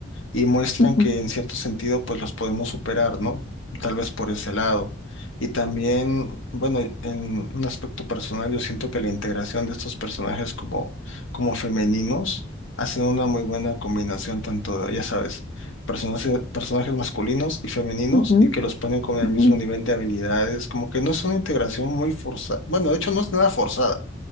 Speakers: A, on the left; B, on the left.
A: y muestran
B: Ujú,
A: que en cierto sentido pues los podemos superar, ¿no? Tal vez por ese lado. Y también, bueno, en un aspecto personal yo siento que la integración de estos personajes como, como femeninos hacen una muy buena combinación tanto de, ya sabes, personajes, personajes masculinos y femeninos
B: ujú,
A: y que los ponen con el
B: ujú.
A: mismo nivel de habilidades, como que no es una integración muy forzada. Bueno, de hecho no es nada forzada